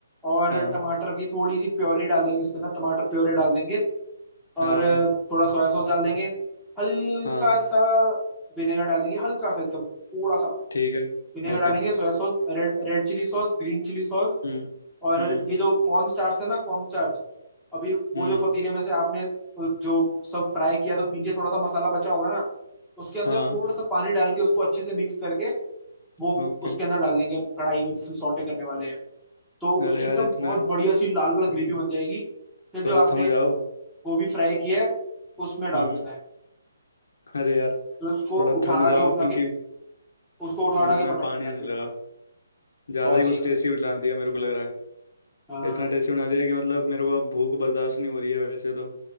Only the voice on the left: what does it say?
हाँ
हाँ
हाँ
ठीक है
ओके
हम्म
हम्म
हम्म
हाँ
ओके
अरे यार
इतना
थोड़ा
थम जाओ
हम्म
अरे यार
थोड़ा
थम जाओ
क्योंकि
मुंह
में
पानी
आने
लगा ज्यादा
ही
कुछ
टेस्टी बना दिया मेरे को लग रहा है
इतना टेस्टी बना दिया कि मतलब मेरे को अब भूख बर्दाश्त नहीं हो रही है वैसे तो